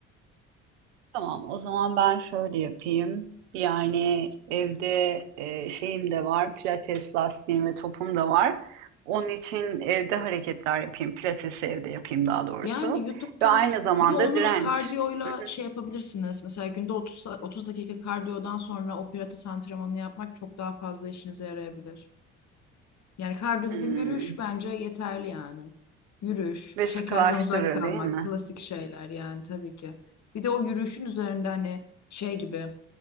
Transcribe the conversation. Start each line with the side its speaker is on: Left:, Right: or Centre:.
Right: Tamam, o zaman ben şöyle yapayım. Yani evde e, şeyim de var, pilates lastiğim ve topum da var. Onun için evde hareketler yapayım, pilatesi evde yapayım daha doğrusu.
Left: Yani YouTube'dan
Right: Ve aynı zamanda
Left: bir de onu
Right: direnç.
Left: kardiyoyla
Right: Hı hı.
Left: şey yapabilirsiniz. Mesela günde 30, sa- 30 dakika kardiyodan sonra o pilates antrenmanını yapmak çok daha fazla işinize yarayabilir. Yani kardiyo
Right: Hmm.
Left: dediğim yürüyüş bence yeterli yani. Yürüyüş,
Right: Ve
Left: şekerden
Right: sıkılaştırır
Left: uzak kalmak,
Right: değil mi?
Left: klasik şeyler yani tabii ki. Bir de o yürüyüşün üzerinde hani şey gibi